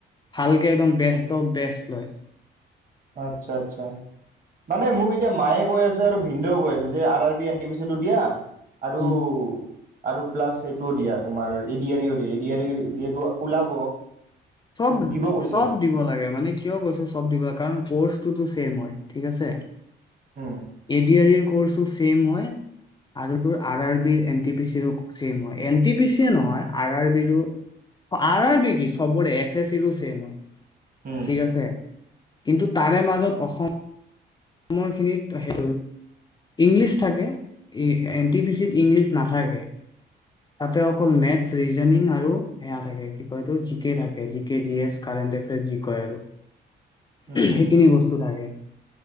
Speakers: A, on the left; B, on the right.
A: ভালকে একদম বস্ত
B: উম
A: বেস লয়
B: আচ্ছা আচ্ছা মানে মোক এতিয়া মায়ে কৈ আছে আৰু ভিন্দেও কৈ আছে যে আৰ বি এনটি পি চিটো দিয়া আৰু
A: উম
B: আৰু প্লাছ এইটোও দিয়া তোমাৰ ইডি আৰিও দিয়া ইডি আৰী যিহেতু ওলাব
A: চব
B: মোক দিব কৈছে
A: চব দিব লাগে মানে কিয় কৈছো চব দিব লাগে কাৰণ ম হয় ঠিক আছে
B: উম
A: এডি আৰৰ কৰ্চো চছেম হয় আৰু তোৰ আৰ আৰ বি ৰ এন টি পি চি ৰো চছেম হয় এন টি পি চি নহয় আৰ আৰ বি ৰো আৰ আৰ বি কি চবৰে এছ এছ ই ৰো চছেম হয়
B: উম
A: ঠিক আছে কিন্তু তাৰে মাজত অসম অসমৰখিনিত সেইব ইংলিছ থাকে এন টি পি চিত ইংলিছ নাথাকে তাতে অকল মেথছ ৰিজনিং আৰু সেয়া থাকে কি কয় এইটো জি কে থাকে G K G S current affairs যি কয় আৰু
B: উম,
A: সেইখিনি বস্তু থাকে